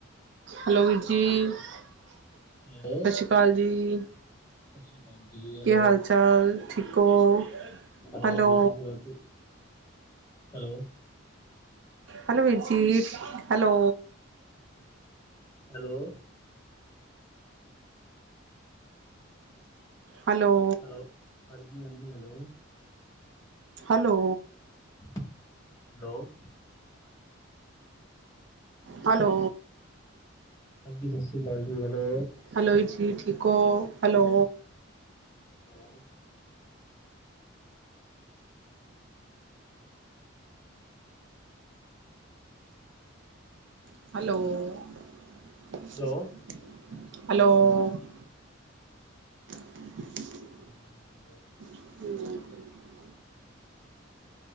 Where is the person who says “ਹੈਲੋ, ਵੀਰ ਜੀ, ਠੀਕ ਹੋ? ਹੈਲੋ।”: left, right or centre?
Right